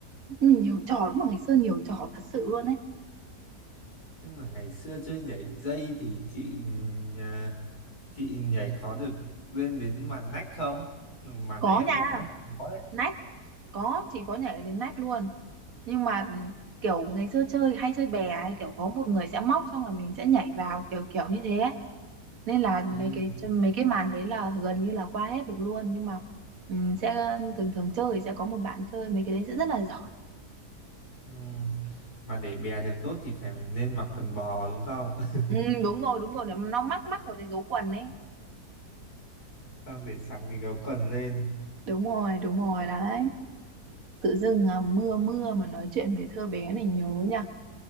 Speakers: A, on the right (about 55°); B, on the left (about 65°).
A: nhiều trò đúng mà ngày xưa nhiều trò thật sự luôn ấy
B: Nhưng mà ngày xưa chơi nhảy dây thì chị nhà- chị nhảy có được lên đến màn nách không? Ừ, Màn
A: có
B: đấy em
A: nha
B: thấy khá là khó đấy.
A: nách có chị có nhảy đến nách luôn nhưng mà kiểu ngày xưa chơi hay chơi bè ấy, kiểu có một người sẽ móc xong rồi mình sẽ nhảy vào kiểu kiểu như thế ấy. nên là mấy
B: Ừ.
A: cái mấy cái màn đấy là gần như là qua hết được luôn nhưng mà ừm, sẽ thường thường chơi sẽ có một bạn chơi mấy cái đấy sẽ rất là giỏi
B: Ừ. Mà để bè được tốt thì phải nên mặc quần bò đúng không? <laughs>
A: ừ, đúng rồi đúng rồi nó mắc mắc vào cái gấu quần ấy
B: Xong để sẵn cái gấu quần lên.
A: đúng rồi đúng rồi đấy tự dưng à, mưa mưa mà nói chuyện về thơ bé này nhớ nha